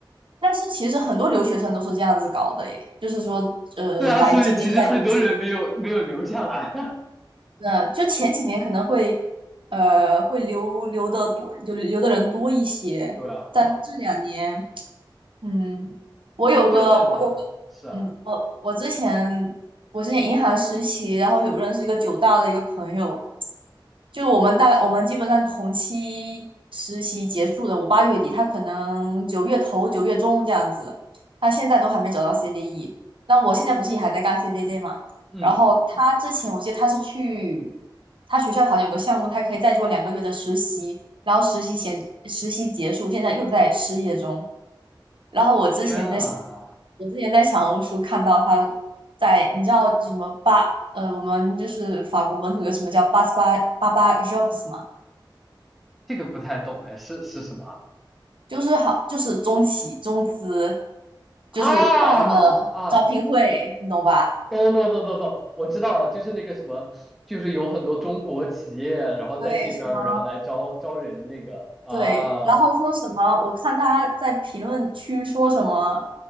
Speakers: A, on the right (about 75°); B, in the centre.
A: 但是其实很多留学生都是这样子搞的耶，就是说，呃，
B: <laughs> 对啊，
A: 来这边再读几年，
B: 所以其实很多人没有没有留下来。
A: 那就前几年可能会，呃，会留留的多，就留的人多一些，
B: <laughs> 对啊，
A: 但这两年嗯，我有个，
B: 就就很难。
A: 我有个，
B: 是啊，
A: 嗯，我我之前我之前银行实习，然后有认识一个九大的一个朋友，就我们大概我们基本上同期实习结束的，我八月底，他可能九月头九月中这样子，他现在都还没找到 CDE。那我现在不是也还在干 CDD 嘛？
B: 嗯，
A: 然后他之前我记得他是去他学校好像有个项目，他可以再做两个月的实习，然后实习前实习结束，现在又在失业中。然后我之前在想，
B: 天啊，
A: 我之前在小红书看到他在，你知道什么八呃，我们就是法国本土有什么叫八十八八八 jobs 吗？
B: 这个不太懂哎，是是什么啊？
A: 就是好就是中企中资，
B: 啊
A: 就是搞那个招聘会，
B: 啊，
A: 你懂吧？
B: 懂懂懂懂懂，我知道了，就是那个什么，就是有很多中国企业，然后在这边儿，
A: 对，什么
B: 然后来招招人那个啊。
A: 对，然后说什么？我看他在评论区说什么，